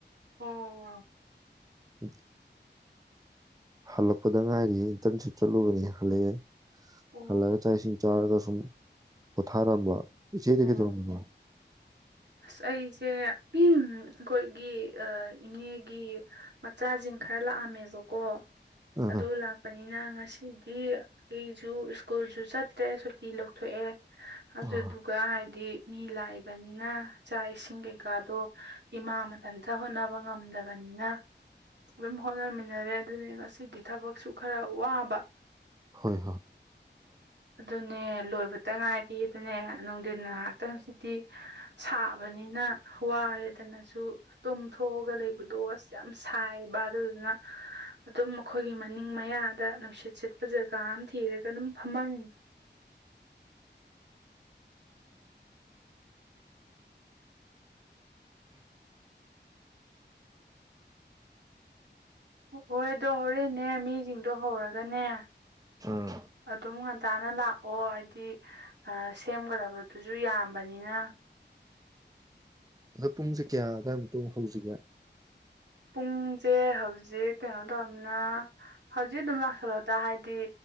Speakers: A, on the right; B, on the right.
A: ꯑꯣ
B: <inaudible> ꯍꯜꯂꯛꯄꯗ ꯉꯥꯏꯔꯤꯌꯦ ꯏꯟꯇꯔꯟꯁꯤꯞ ꯆꯠꯂꯨꯕꯅꯦ ꯍꯜꯂꯛꯑꯦ
A: ꯑꯣ
B: ꯍꯜꯂꯛꯑ ꯆꯥꯛ ꯏꯁꯤꯡ ꯆꯥꯎꯔꯒ ꯁꯨꯝ ꯄꯣꯊꯥꯔꯝꯕ ꯏꯆꯦꯗꯤ
A: ꯎꯝ
B: ꯀꯩꯗꯧꯔꯝꯃꯤꯅꯣ
A: ꯑꯁ ꯑꯩꯁꯦ ꯑꯝ ꯑꯩꯈꯣꯏꯒꯤ ꯑ ꯏꯅꯦꯒꯤ ꯃꯆꯥꯁꯤꯡ ꯈꯔ ꯂꯥꯛꯑꯝꯃꯦꯕꯀꯣ
B: ꯑꯥ
A: ꯑꯗꯨ ꯂꯥꯛꯄꯅꯤꯅ ꯉ ꯑꯁꯤꯗꯤ ꯑꯩꯁꯨ ꯁ꯭ꯀꯨꯜꯁꯨꯨ ꯆꯠꯇ꯭ꯔꯦ ꯁꯨꯇꯤ ꯂꯧꯊꯣꯛꯑꯦ ꯑꯗꯨꯗꯨꯒ
B: ꯑꯥ
A: ꯍꯥꯏꯗꯤ ꯃꯤ ꯂꯥꯛꯏꯕꯅꯤꯅ ꯆꯥꯛ ꯏꯁꯤꯡ ꯀꯩꯀꯥꯗꯣ ꯏꯃꯥ ꯃꯊꯟꯇ ꯍꯣꯠꯅꯕ ꯉꯝꯗꯕꯅꯤꯅ ꯑꯗꯨꯝ ꯍꯣꯠꯅꯃꯤꯟꯅꯔꯦ ꯑꯗꯨꯅꯤ ꯉꯁꯤꯗꯤ ꯊꯕꯛꯁꯨ ꯈꯔ ꯋꯥꯕ
B: ꯍꯣꯏ ꯍꯣꯏ
A: ꯑꯗꯨꯅꯦ ꯂꯣꯏꯕꯇ ꯉꯥꯏꯔꯤ ꯗꯨꯅꯦ ꯅꯨꯡꯊꯤꯟ ꯉꯥꯏꯍꯥꯛꯇꯪꯁꯤꯗꯤ ꯁꯥꯕꯅꯤꯅ ꯋꯥꯔꯦꯗꯅꯁꯨ ꯇꯨꯝꯊꯣꯛꯑꯒ ꯂꯩꯕꯗꯣ ꯑꯁ ꯌꯥꯝ ꯁꯥꯏꯌꯦꯕ ꯑꯗꯨꯗꯨꯅ ꯑꯗꯨꯝ ꯑꯩꯈꯣꯏꯒꯤ ꯃꯅꯤꯡ ꯃꯌꯥꯗ ꯅꯨꯡꯁꯤꯠ ꯁꯤꯠꯄ ꯖꯒꯥ ꯑꯃ ꯊꯤꯔꯒ ꯑꯗꯨꯝ ꯐꯝꯃꯝꯃꯤ <inaudible> ꯍꯣꯏꯗꯣ ꯍꯣꯔꯦꯟꯅꯦ ꯃꯤꯁꯤꯡꯗꯣ ꯍꯧꯔꯒꯅꯦ
B: ꯑꯥ
A: ꯑꯗꯨꯝ ꯉꯟ ꯉꯟꯇꯥꯥꯅ ꯂꯥꯛꯑꯣ ꯍꯥꯏꯗꯤ ꯁꯦꯝꯒꯗꯕꯗꯨꯁꯨ ꯌꯥꯝꯕꯅꯤꯅ
B: ꯑꯗꯣ ꯄꯨꯡꯁꯦ ꯀꯌꯥ ꯑꯗꯥꯏꯃꯨꯛꯇꯣ ꯍꯧꯁꯤꯒꯦ
A: ꯄꯨꯡꯁꯦ ꯍꯧꯖꯤꯛ ꯀ꯭ꯌꯥꯅꯣ ꯇꯧꯅꯤꯅ ꯍꯧꯖꯤꯛ ꯑꯗꯨꯝ ꯂꯥꯛꯁꯜꯂꯣꯗ ꯍꯥꯏꯗꯤ